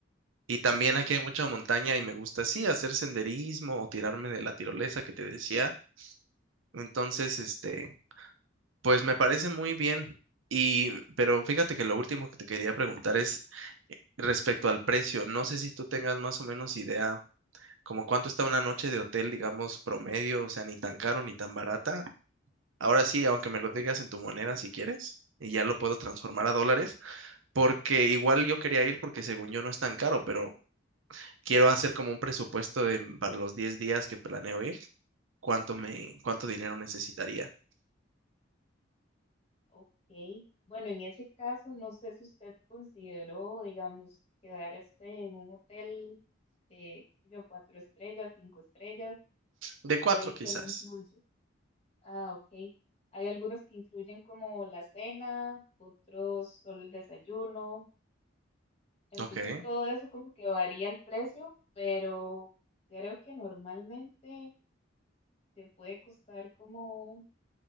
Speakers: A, on the right; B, on the left.
A: Y también aquí hay mucha montaña y me gusta, sí, hacer senderismo o tirarme de la tirolesa que te decía. Entonces, este, pues me parece muy bien. Y, pero fíjate que lo último que te quería preguntar es respecto al precio. No sé si tú tengas más o menos idea como cuánto está una noche de hotel, digamos, promedio, o sea, ni tan caro ni tan barata. Ahora sí, aunque me lo digas en tu moneda si quieres, y ya lo puedo transformar a dólares, porque igual yo quería ir porque según yo no es tan caro, pero quiero hacer como un presupuesto de para los 10 días que planeo ir, cuánto me, cuánto dinero necesitaría.
B: Ok. Bueno, en ese caso, no sé si usted consideró, digamos, quedarse en un hotel, eh, qué sé yo, cuatro estrellas, cinco estrellas
A: De cuatro
B: eh,
A: quizás.
B: que le incluye Ah, ok. Hay algunos que incluyen como la cena, otros solo el desayuno. Entonces
A: Ok,
B: todo eso como que varía el precio, pero creo que normalmente te puede costar como